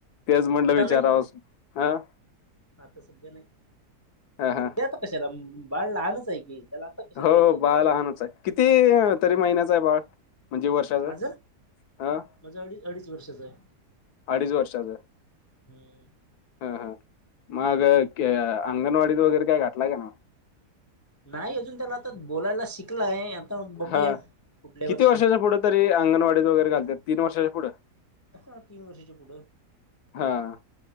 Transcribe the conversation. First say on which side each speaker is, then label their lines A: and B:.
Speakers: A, on the left; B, on the left.
A: तेच म्हणलं
B: आता
A: विचाराव
B: नाही
A: हं.
B: आता सध्या नाही
A: ह
B: सध्या आता कशाला बाळ लहानच आहे की त्याला कशाला
A: हो
B: पाहिजे
A: बाळ लहानच आहे किती तरी महिन्याच आहे बाळ म्हणजे वर्षाच?
B: माझं
A: हां.
B: माझं अडीच अडीच वर्षाच आहे.
A: अडीच वर्षाच.
B: हम्म
A: हा हा मग के अंगणवाडीत वगैरे काय घातलाय का नाही?
B: नाही अजून त्याला आता बोलायला शिकला आहे आता बघूया
A: हां.
B: पुढल्या
A: किती
B: वर्षी.
A: वर्षाच्या पुढं तरी अंगवाडीत वगैरे घालत्यात तीन वर्षाच्या पुढं.
B: हा तीन वर्षाच्या पुढं
A: हां,